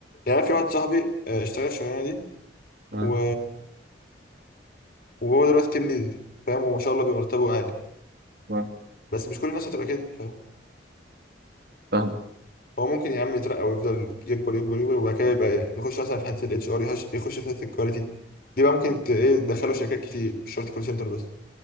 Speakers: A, on the left; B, on the right.
A: يعني أنا في واحد صاحبي آه، اشتغل الشغلانه دي
B: آه،
A: و... وهو دلوقتي تيم ليدر فاهم وما شاء الله بيبقى مرتبه عالي
B: آه،
A: بس مش كل الناس هتبقى كده فاهم
B: فاهم
A: هو ممكن يا عم يترقى ويفضل يكبر يكبر يكبر وبعد كده يبقى يخش مثلا في حته الاتش ار يخش في حته الكواليتي دي بقى ممكن ت... ايه تدخله شركات كتير مش شرط كول سنتر بس